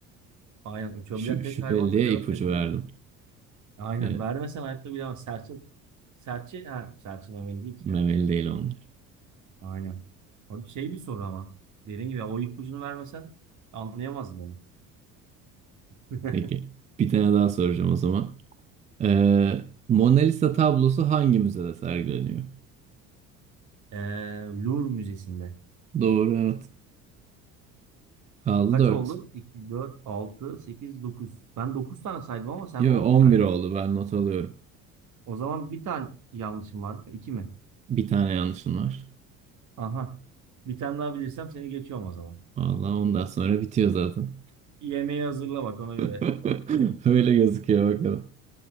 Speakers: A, on the right; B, on the right.
A: Aynen uçabilen
B: Şu,
A: tek
B: şüpheli
A: hayvan
B: diye
A: da yarasaydı
B: ipucu verdim.
A: değil mi? Aynen
B: Ee,
A: vermesen hayatta bilemez. Serçe, serçe, ha, serçe memeli değil ki
B: memeli
A: ya.
B: değil onlar.
A: Aynen. Abi şey bir soru ama. Dediğim gibi o ipucunu vermesen anlayamazdım onu. <laughs>
B: Peki. Bir tane daha soracağım o zaman. Ee, Mona Lisa tablosu hangi müzede sergileniyor?
A: Ee, Louvre Müzesi'nde.
B: Doğru evet. Kaldı
A: Kaç
B: 4.
A: oldu? 2, 4, 6, 8, 9. Ben 9 tane saydım ama sen
B: Yok
A: 10
B: 11
A: mu saydın?
B: oldu ben not alıyorum.
A: O zaman bir tane yanlışım var. 2 mi?
B: Bir tane yanlışın var.
A: Aha. Bir tane daha bilirsem seni geçiyorum o zaman.
B: Vallahi ondan sonra bitiyor zaten.
A: Yemeği hazırla bak ona göre.
B: <laughs> Öyle gözüküyor bakalım.